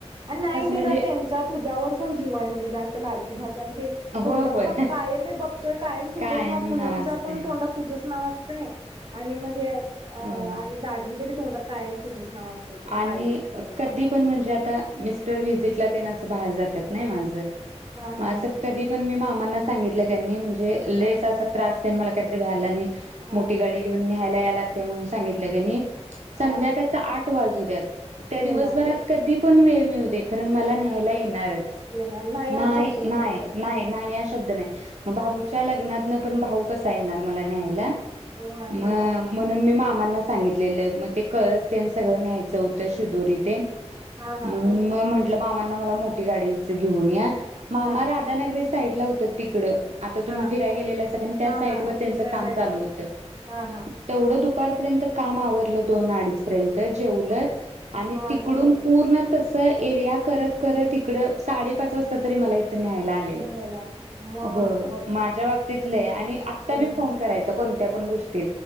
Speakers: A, on the right; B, on the right.
A: आणि नाही तिझा
B: म्हणजे
A: त्यांचा तुझ्यावर पण जीव आहे. म्हणजे जास्त लाडकी भा पण ते
B: होय
A: तोंडात
B: होय
A: पण कायम मी बघतोय कायम तुझंच
B: कायम
A: नाव पूनमच्या
B: असते
A: पण तोंडात तुझं नाव असतय आणि म्हणजे अ
B: होय
A: आणि दाजींच्या बी तोंडांत कायम तुझ नाव असतय ते
B: आणि
A: कायम बघल
B: कधी
A: हा हा
B: पण म्हणजे आता मिस्टर व्हिसिटला तेन अस बाहेर जातात. नाही माझं
A: हा
B: मग असं
A: हा
B: कधी पण मी मामांना सांगितलं त्यांनी म्हण म्हणजे
A: हा
B: लईच अस त्रास तेन मला कायतर व्हायला नाही
A: हा
B: मोठी
A: हा
B: गाडी घेऊन न्यायला यायला लागतय म्हणून सांगतील
A: हा
B: तेनी संध्याकाळच
A: हा
B: आठ वाजुद्यात त्या
A: येणार
B: दिवसभरात कधी पण वेळ मिळू देत कारण मला
A: हा
B: न्यायला येणारच
A: येणार नाही हा
B: नाय,
A: शब्द नसतोय
B: नाय,
A: कधी
B: नाय हा शब्द भाऊंच्या
A: नाही
B: लग्नातन पण भाऊ कसा येणार.? मला न्यायला
A: हो हा
B: म
A: हा
B: म्हणून मी मामा सांगितलेल मग ते कळस ते न्यायचं होतं शिदोरी तेन
A: हा हा
B: म्हणून म्हटलं मामांना मला मोठी गाडीच घेऊन या मामा
A: हा
B: राधानगरी साईड ला होतात तिकडं आता
A: हा
B: तुम्ही फिरायला गेलेलेसा त्या
A: हा
B: साईट
A: हा
B: व त्यांच
A: त्या
B: काम
A: साईडला
B: चालू
A: होत
B: होतं
A: हा हा
B: तेवढं दु दुपारपर्यंत काम आवरलं दोन अडीचपर्यंत जेवलत
A: हा
B: आणि
A: हा
B: तिकडून
A: न्यायला
B: पूर्ण तस एरिया करत करत इकड साडेपाच वाजता तरी मला न्यायला आलेलत
A: न्यायला आलत मग
B: व्हय
A: बर
B: माझ्या बाबतीत लय आणि आता
A: लय
B: फोन करायचा कोणत्या पण गोष्टी